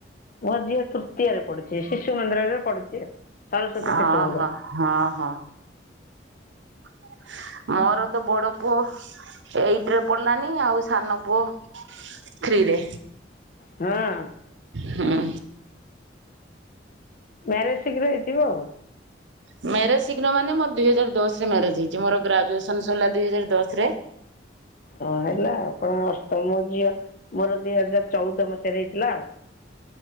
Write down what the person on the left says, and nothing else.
ମୋଝିଅ ତୃତୀୟରେ ପଢୁଛି ଶିଶୁ ମନ୍ଦିରରେ ପଢୁଛି ଆଉ। ସରସ୍ୱତୀ
ଶିଶୁ ମନ୍ଦିର
ହଁ
ମ୍ୟାରେଜ ଶୀଘ୍ର ହେଇଥିବ ଆଉ।
ହଁ ହେଲା ଆପଣ ଅସ୍ତ ମୋ ଝିଅ ମୋର ଦିଇ ହଜାର ଚଉଦ ମସିହାରେ ହେଇଥିଲା ଆଉ।